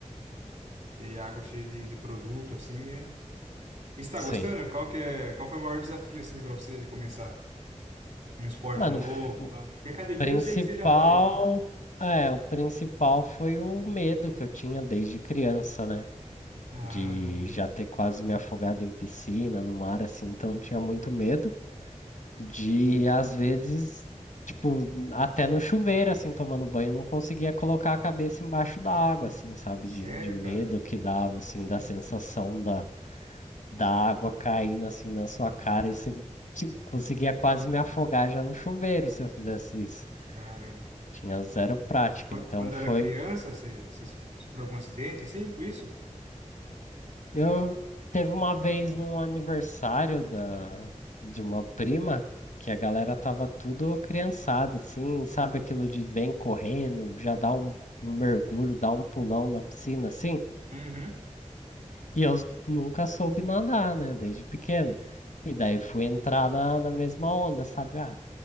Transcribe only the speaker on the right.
E a água cheia de, de produto, assim, é... E você tá
gostando? Qual que é, qual foi o maior desafio, assim, pra você de começar? Um esporte
novo
e tal? Porque academia
eu sei que você já faz, né?
Ah,
sério,
cara?
Caramba.
Qu-
Quando
era criança, você, você so- sofreu algum acidente, assim, com isso?
Uhum.